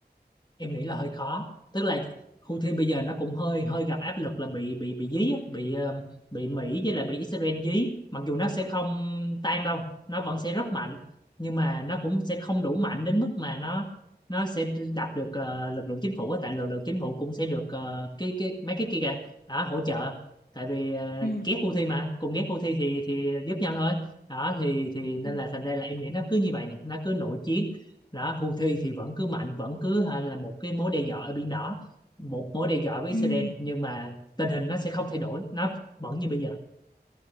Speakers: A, on the left; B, on the left.
A: em nghĩ là hơi khó tức là Houthi bây giờ nó cũng hơi hơi gặp áp lực là bị bị bị dí á, bị ờ, bị Mỹ với lại bị Israel dí mặc dù nó sẽ không tan đâu nó vẫn sẽ rất mạnh nhưng mà nó cũng sẽ không đủ mạnh đến mức mà nó nó sẽ đập được ờ, lực lượng chính phủ á, tại lực lượng chính phủ cũng sẽ được ờ, cái cái mấy cái kia kìa đó, hỗ trợ tại vì ờ,
B: Ừ.
A: ghét Houthi mà cùng ghét Houthi thì thì giúp nhau thôi đó thì thì nên
B: Ừ.
A: là thành ra là em nghĩ nó cứ như vậy nè nó cứ nội chiến đó Houthi thì vẫn cứ mạnh vẫn cứ hả, là một cái mối đe dọa ở biển đỏ một mối đe dọa với
B: Ừ.
A: Israel nhưng mà tình hình nó sẽ không thay đổi nó vẫn như bây giờ